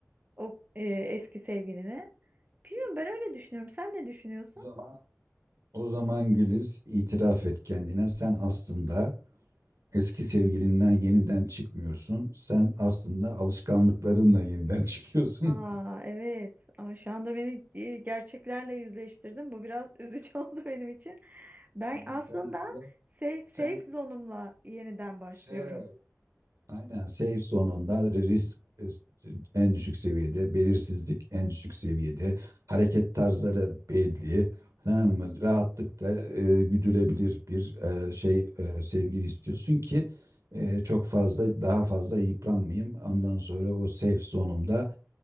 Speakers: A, on the right (about 35°); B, on the right (about 85°).
A: o e, eski sevgiline. Bilmiyorum ben öyle düşünüyorum. Sen ne düşünüyorsun?
B: O zaman o zaman Güliz itiraf et kendine. Sen aslında eski sevgilinden yeniden çıkmıyorsun. Sen aslında alışkanlıklarınla yeniden <laughs> çıkıyorsun.
A: Aa evet ama şu anda beni e, gerçeklerle yüzleştirdin. Bu biraz üzücü <laughs> oldu benim için. Ben
B: Yani
A: aslında
B: sen böyle
A: se- safe
B: sen
A: zone'umla yeniden başlıyorum.
B: şey Aynen safe sonunda risk e, en düşük seviyede, belirsizlik en düşük seviyede, hareket tarzları belli. Tamam mı? Rahatlıkla e, güdülebilir bir e, şey e, sevgili istiyorsun ki e, çok fazla daha fazla yıpranmayayım. Ondan sonra o safe zonumda